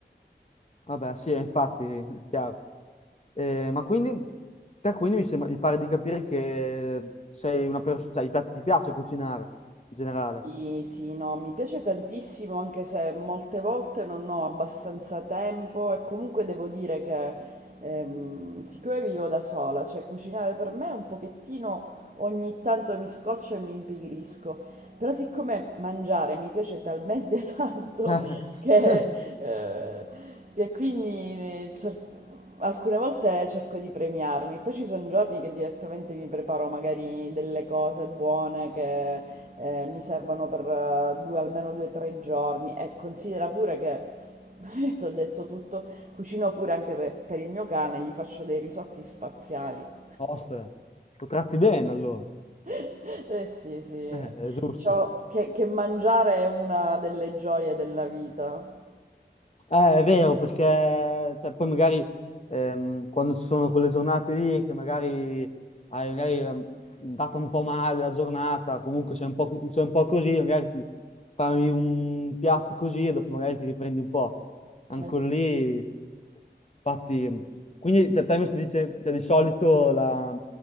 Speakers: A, on the left; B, on the right.
A: Vabbè, sì, infatti, <laughs> chiaro. Eh, ma quindi, te quindi mi sembra- mi pare di capire che sei una persona, cioè, ti piace cucinare in generale.
B: Sì, sì, no, mi piace tantissimo anche se molte volte non ho abbastanza tempo e comunque devo dire che ehm, siccome vivo da sola, cioè cucinare per me è un pochettino ogni tanto mi scoccio e mi impigrisco, però siccome mangiare mi piace talmente <laughs> tanto
A: <laughs>
B: che, eh, che quindi eh, cer- alcune volte cerco di premiarmi, poi ci sono giorni che direttamente mi preparo magari delle cose buone che eh, mi servono per eh, due, almeno due o tre giorni e considera pure che, <laughs> ti ho detto tutto, cucino pure anche per, per il mio cane, gli faccio dei risotti spaziali.
A: Oste, lo tratti bene allora.
B: <laughs> Eh sì, sì,
A: Eh, è giusto.
B: Diciamo che, che mangiare è una delle gioie della vita.
A: Eh, è vero, perché cioè, poi magari ehm, quando ci sono quelle giornate lì che magari hai magari, ehm, data un po' male la giornata, comunque sei un po', co- sei un po' così, magari ti, ti fai un piatto così e dopo magari ti riprendi un po'. Anche
B: Eh sì.
A: lì, infatti, quindi cioè, te mi stai dice, cioè, di solito la,